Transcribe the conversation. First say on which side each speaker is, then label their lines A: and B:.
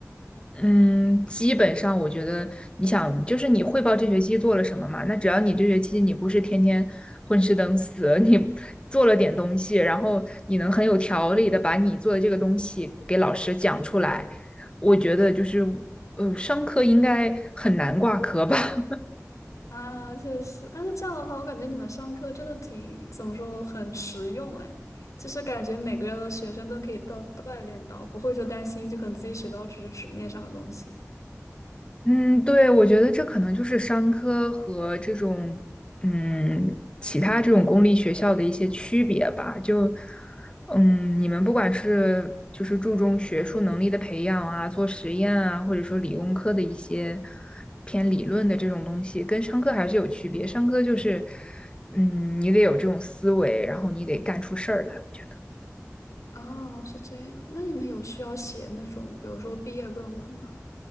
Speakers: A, on the left; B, on the left.
A: 嗯，基本上我觉得，你想，就是你汇报这学期做了什么嘛？那只要你这学期你不是天天混吃等死，<laughs> 你做了点东西，然后你能很有条理的把你做的这个东西给老师讲出来，我觉得就是呃，商科应该很难挂科吧。
B: 啊，确实，啊，那这样的话，我感觉你们上课真的挺，怎么说，很实用哎，就是感觉每个学生都可以到锻炼到，不会就担心，就可能自己学到只是纸面上的东西。
A: 嗯，对，我觉得这可能就是商科和这种嗯其他这种公立学校的一些区别吧。就嗯，你们不管是就是注重学术能力的培养啊，做实验啊，或者说理工科的一些偏理论的这种东西，跟商科还是有区别。商科就是嗯，你得有这种思维，然后你得干出事儿来，我觉得。
B: 哦，是这样，那你们有需要写那种，比如说毕业论文吗？